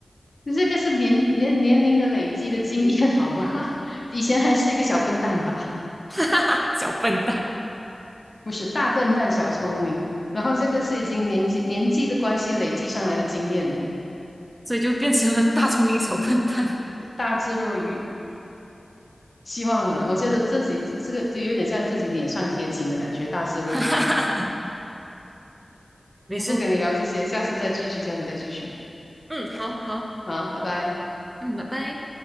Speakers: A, on the left; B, on the right.
A: 这个是年年年龄的累积的经验好吗？<laughs> 以前还是一个小笨蛋吧，
B: <laughs> 哈哈哈，小笨蛋，
A: 不是大笨蛋小聪明，然后这个是已经年纪年纪的关系累积上来的经验，
B: 所以就变成了大聪明小笨蛋。<laughs>
A: 大智若愚。希望啊，我觉得自己这个就有点像自己脸上贴金的感觉，大智若愚。
B: 哈哈哈，没事，
A: <laughs> 不跟你聊这些，下次再继续，下次再继续。
B: 嗯，好好，
A: 好，拜拜。
B: 嗯，拜拜。